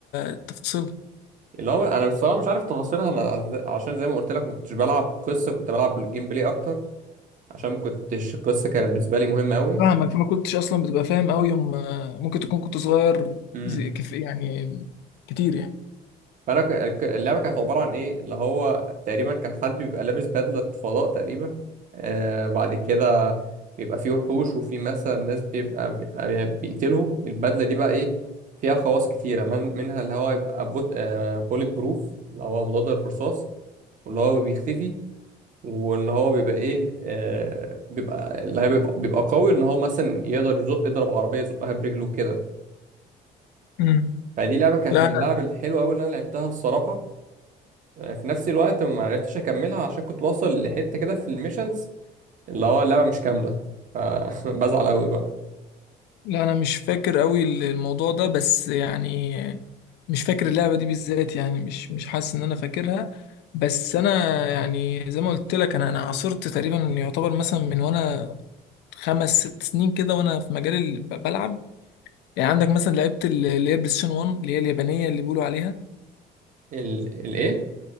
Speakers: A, on the left; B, on the right.
A: تفاصيل
B: اللي هو انا بصراحه مش عارف تفاصيلها انا عز- عشان زي ما قلت لك ما كنتش بلعب قصه كنت بلعب الجيم بلاي اكتر عشان ما كنتش القصه كانت بالنسبه لي مهمه قوي
A: فاهمك فما كنتش اصلا بتبقى فاهم قوي يوم ممكن تكون كنت صغير
B: امم
A: زي كف يعني كتير يعني
B: فانا ك- الك- اللعبه كانت عباره عن ايه اللي هو تقريبا كان حد بيبقى لابس بدله فضاء تقريبا آه بعد كده بيبقى فيه وحوش وفي مثلا ناس بيبقى بيبقى بيقتلهم البدله دي بقى ايه فيها خواص كتيره من منها اللي هو يبقى بوت آه بوليت بروف اللي هو مضاد الرصاص واللي هو بيختفي وان هو بيبقى ايه آه بيبقى اللي هي بيبقى, بيبقى قوي ان هو مثلا يقدر يزق يضرب عربيه يزقها برجله كده
A: امم
B: فدي لعبه كانت
A: لا
B: من
A: انا
B: اللعب الحلوه قوي اللي انا لعبتها الصراحه آه، في نفس الوقت ما عرفتش اكملها عشان كنت واصل لحته كده في الميشنز اللي هو اللعبه مش كامله فبزعل <laughs> قوي بقى
A: لا انا مش فاكر قوي الموضوع ده بس يعني مش فاكر اللعبه دي بالذات يعني مش مش حاسس ان انا فاكرها بس انا يعني زي ما قلت لك انا انا عاصرت تقريبا يعتبر مثلا من وانا خمس ست سنين كده وانا في مجال ال- ب- بلعب يعني عندك مثلا لعبت ال- اللي هي بلاي ستيشن 1 اللي هي اليابانيه اللي بيقولوا عليها
B: ال... الايه